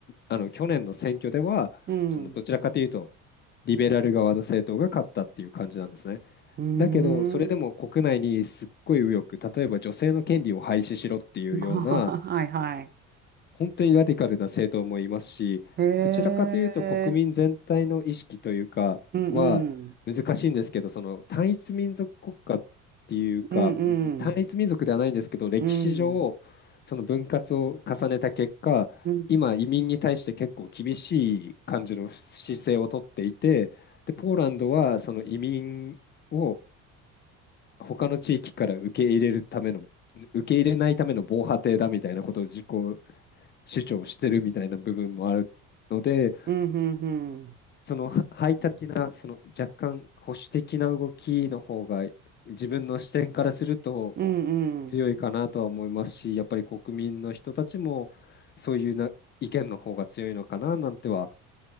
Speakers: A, on the left; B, on the right.
A: あの去年の選挙では、
B: うん。
A: そのどちらかというと、リベラル側の政党が勝ったっていう感じなんですね。
B: うーん。
A: だけど、それでも国内にすっごい右翼、例えば女性の権利を廃止しろっていうような
B: <laughs> はいはい。
A: 本当にラディカルな政党もいますし、
B: へ
A: どちらかというと国民全体の意識というかは難しいんですけど、
B: え。うんうん。
A: その単一民族国家っていうか、
B: うん
A: うん単一民族ではないんですけど、
B: うん。
A: 歴史上、
B: うん。
A: その分割を重ねた結果、
B: うん。
A: 今、移民に対して結構厳しい感じの姿勢をとっていて、で、ポーランドはその移民を他の地域から受け入れるための、受け入れないための防波堤だみたいなことを自己主張してるみたいな部分もあるので、
B: うんうんうん。
A: そのは排他的な、その若干保守的な動きの方が自分の視点からすると
B: うんうん。
A: 強いかなとは思いますし、やっぱり国民の人たちもそういうな意見の方が強いのかななんては